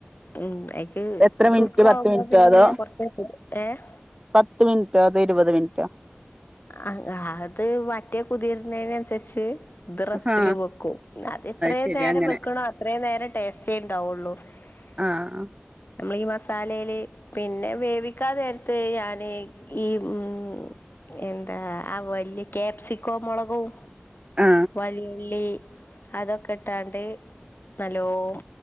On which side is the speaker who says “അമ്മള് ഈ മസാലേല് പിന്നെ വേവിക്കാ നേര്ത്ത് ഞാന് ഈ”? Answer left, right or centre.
Left